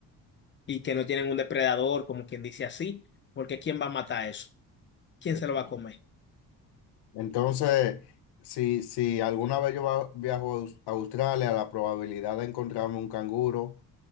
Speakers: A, on the left; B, on the left.
A: y que no tienen un depredador, como quien dice así, porque ¿quién va a matar eso? ¿Quién
B: Eso.
A: se lo va a comer?
B: Entonces, si, si alguna vez yo va- viajo a Aus- a Australia, la probabilidad de encontrarme un canguro